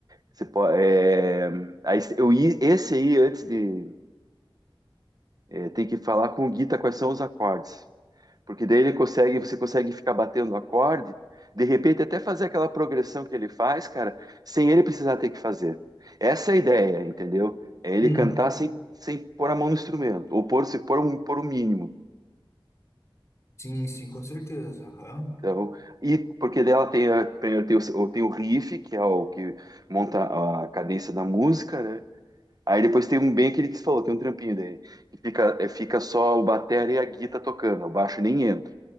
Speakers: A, on the right; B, on the left.
A: Você pode, é, aí, eu, esse aí, antes de. é, tem que falar com o guita quais são os acordes. Porque daí ele consegue, você consegue ficar batendo o acorde, de repente até fazer aquela progressão que ele faz, cara, sem ele precisar ter que fazer. Essa é a ideia, entendeu? É ele
B: Sim.
A: cantar sem, sem pôr a mão no instrumento, ou pôr, se pôr, um, pôr o mínimo.
B: Sim, sim, com certeza. Aham.
A: Então, e porque dela tem, a, primeiro tem o, tem o riff, que é o que monta a cadência da música, né? Aí depois tem um bem que ele que falou, tem um trampinho dele, que fica, é, fica só o batera e a guitarra tocando, o baixo nem entra.